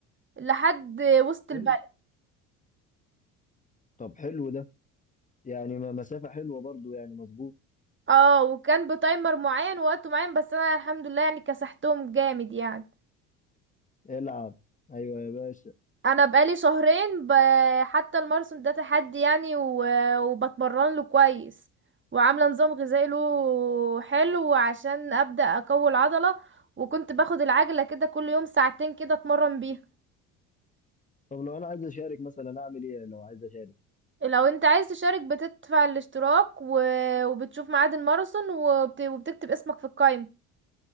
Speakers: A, on the right; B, on the left.
A: لحد وسط
B: حلو
A: البلد
B: طب حلو ده يعني ما- مسافة حلوة برضو يعني مظبوط
A: اه وكان بتايمر معين ووقت معين بس انا الحمد لله يعني كسحتهم جامد يعني
B: العب ايوه يا باشا
A: انا بقالي شهرين ب... حتى الماراثون ده تحدي يعني و... وبتمرن له كويس وعامله نظام غذائي له حلو عشان ابدا اقوي العضله وكنت باخد العجله كده كل يوم ساعتين كده اتمرن بيها
B: طب لو انا عايز اشارك مثلا اعمل ايه لو عايز اشارك
A: لو انت عايز تشارك بتدفع الاشتراك و... وبتشوف ميعاد الماراثون وبت... وبتكتب اسمك في القائمة